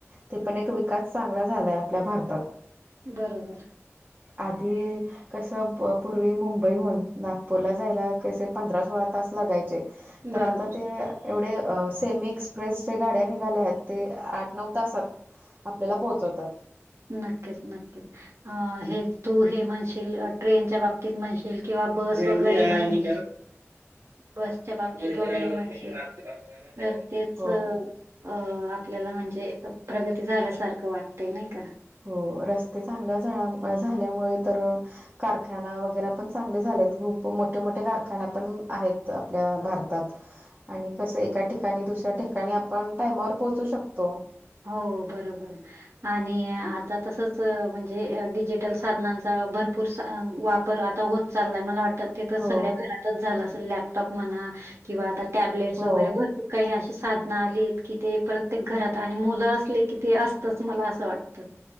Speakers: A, on the right; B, on the right.
A: हम.
B: ते पण एक विकास चांगला झालाय आपल्या भारतात
A: बरोबर.
B: अधी कसं पूर्वी मुंबईहून नागपूरला जायला कसे पंधरा सोळा तास लगायचे. तर
A: बरोबर.
B: आता ते एवढे सेमी एक्सप्रेस जे गाड्या निघाल्या आहेत ते आठ नऊ तासात आपल्याला पोहोचवतात.
A: नक्कीच नक्कीच. अ हे तू हे म्हणशील ट्रेनच्या बाबतीत म्हणशील किंवा बस वगैरे बसच्या बाबतीत वगैरे म्हणसे तर तेच
B: हो.
A: अ आपल्याला म्हणजे प्रगती झाल्यासारखं वाटतय नाही का?
B: हो रस्ते चांगल्या झा झाल्यामुळे तर कारखाना वगैरे पण चांगले झालेत खूप मोठे मोठे कारखाना पण आहेत आपल्या भारतात आणि कसं एका ठिकाणी दुसऱ्या ठिकाणी आपण टायमावर पोहोचू शकतो.
A: हो बरोबर. आणि आता तसच म्हणजे डिजिटल साधनांचा भरपूर वाप तर आता होत चाललाय मला वाटतं. ते तर
B: हो
A: सगळ्या घरातच झालं असल. लॅपटॉप म्हणा, किंवा आता टॅबलेट्स
B: हो
A: वगैरे भर काही अशी साधना आलीत की ते प्रत्येक घरात आणि मुलं असले की ते असतच मला असं वाटतं. <unintelligible>